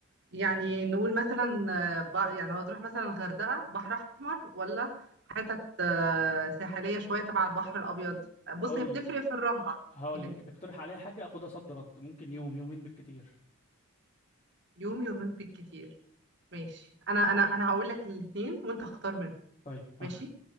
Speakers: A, on the right (about 55°); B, on the left (about 30°).
A: يعني نقول مثلا آه، ب- يعني لو تروح مثلا الغردقة بحر احمر ولا حتت آه، ساحلية شوية تبع البحر الابيض بص
B: هقول
A: هي بتفرق
B: لك
A: في الرملة
B: هقول
A: يعني
B: لك اقترح عليا حاجه اخدها صد رد ممكن يوم يومين بالكتير
A: يوم يومين بالكتير ماشي انا انا انا هقول لك الاثنين وانت اختار منهم
B: طيب ها
A: ماشي